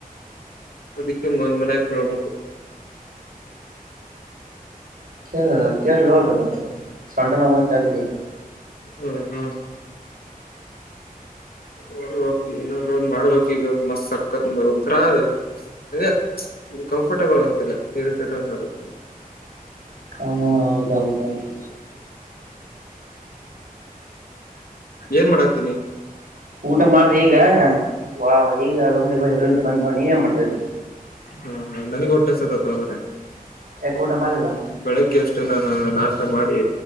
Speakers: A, on the left; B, on the right.
A: ಅದಿಕ್ಕ ಮನ್ ಮನ್ ಕೇಳಬೇಕು
B: ಕೇಳ
A: ಹ್ಮ್
B: ಕೇಳಿ ನೋಡ್ರಿ ಮತ್ತೆ ಸೊಂಟ ನ ಹೋಗವು ಅಂತ ಕೇಳ್ತಿದಲ್ಲ
A: ಹ್ಮ್ ಹ್ಮ್ ಹೋದ್ರ ಓಕೆ ಇಲ್ಲಾಂದ್ರ ಒಂದ್ ಮಾಡ್ಬೇಕ್ ಈಗ ಒ ಮಸ್ತ್ ಸಕ್ಕತ್ ಮಂತ್ರ. ಅದೇ ಕಂಫರ್ಟಬಲ್ ಆಗತಿಲ್ಲ ಇರಿಟೇಟ್ ಅನ್ಸೋದು.
B: ಹಾ ಹೌದೌದ ಹೌದು
A: ಏನ್ ಮಾಡತಿ ನೀ
B: ಊಟ ಮಾಡದೆ ಈಗ ವಾವ್ ಈಗ ರೂಮ್ನಿಗೆ ಬಂದ್ ರೂಮಿಗೆ ಬಂದ ನೀವೇನ್ ಮಾಡ್ತದಿ.
A: ಹಾ ಹಾ ನನ್ಗ ಹೊಟ್ಟೆಹಸೆಕತೆತ್ಯೋ ಮಾರಯ್ಯ.
B: ಯಾಕೆ ಊಟ ಮಾಡಿಲ್ಲ
A: ಬೆಳಿಗ್ಗೆ ಅಷ್ಟೇ ನಾನ ನಾಷ್ಟ ಮಾಡಿ